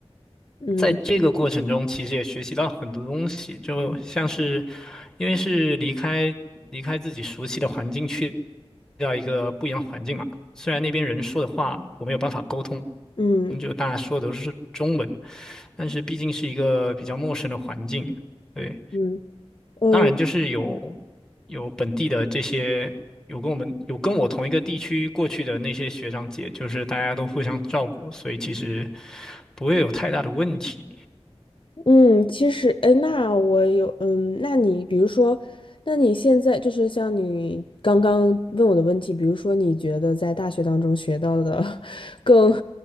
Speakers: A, on the left; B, in the centre.
A: 嗯
B: 在这个过程中，其实也学习到很多东西，就像是因为是离开离开自己熟悉的环境去到一个不一样的环境嘛，虽然那边人说的话我没有办法沟通。
A: 嗯
B: 嗯就大家说的都是中文，但是毕竟是一个比较陌生的环境，对，
A: 嗯，呃，
B: 当然就是有有本地的这些有跟我们有跟我同一个地区过去的那些学长姐，就是大家都互相照顾，所以其实不会有太大的问题。
A: 嗯，其实，哎，那我有，嗯，那你比如说，那你现在就是像你刚刚问我的问题，比如说你觉得在大学当中学到的 <laughs> 更